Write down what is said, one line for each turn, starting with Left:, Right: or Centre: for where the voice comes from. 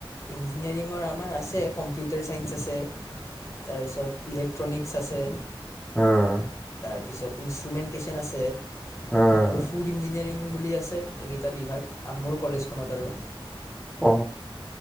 Left: ইঞ্জিনিয়াৰিঙৰ আমাৰ আছে, কম্পিউটাৰ চাইন্স আছে। তাৰপিছত ইলেক ট্ৰনিক্স আছে।
Centre: হম।
Left: তাৰপিছত ইষ্ট্ৰোমেনটেচন আছে।
Centre: হুম।
Left: আৰু ফুড ইঞ্জিনিয়াৰিং বুলি আছে এইকেইটা বিভাগ, মোৰ কলেজখনত আৰু।
Centre: উ,